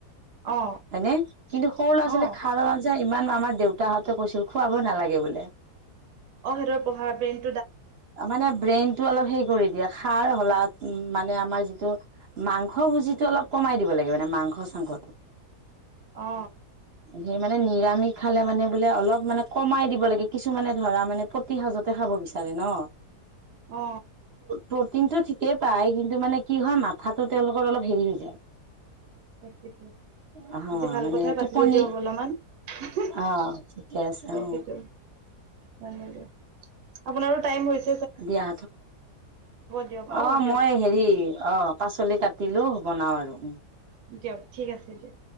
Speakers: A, on the right; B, on the right.
A: অ
B: হয় নে কিন্তু সৰু ল'ৰা-ছোৱালী
A: অ
B: খাৰৰ আঞ্জা ইমান আমাৰ দেউতাহঁতে কৈছিল খুৱাব নালাগে বোলে।
A: অ সিহঁতৰ পঢ়াৰ ব্ৰেইন
B: মানে ব্ৰেইনটো অলপ হেৰি কৰি দিয়া সাৰ হলাত উম মানে আমাৰ যিটো মাংস ভুজিটো অলপ কমাই দিব লাগে মানে মাংস-চাংস <inaudible>
A: অ।
B: সেই মানে নিৰামিষ খালে মানে বোলে অলপ মানে কমাই দিব লাগে কিছুমানে ধৰা মানে প্ৰতি সাজতে খাব বিচাৰে ন।
A: অ।
B: প্ৰটিনটো ঠিকেই পায় কিন্তু মানে কি হয় মাথাটো তেওঁলোকৰ অলপ হেৰি হৈ যায়।
A: সেইটোৱেই
B: অ
A: আজি ভাল
B: মানে
A: কথাই পাতিলো
B: টোপনি
A: দিয়ক অলপমান। হুম
B: অ ঠিকে আছে
A: তাকেইতো।
B: অ
A: <inaudible> আপোনাৰো টাইম হৈছ
B: দিয়া
A: দিয়ক অ
B: অঁ
A: দিয়ক
B: মই হেৰি অ পাচলি কাটিলোঁ বনাওঁ আৰু।
A: দিয়ক ঠিক আছে দিয়ক।